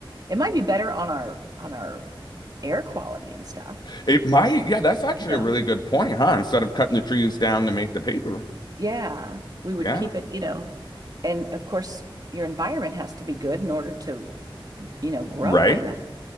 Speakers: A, on the right; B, on the left.
A: It might be better on our on our air quality and stuff.
B: It might, yeah, that's actually
A: You
B: a
A: know.
B: really good point, huh? Instead of cutting the trees down to make the paper.
A: Yeah, we would
B: Yeah,
A: keep it, you know. And of course, your environment has to be good in order to, you know, grow
B: right,
A: enough.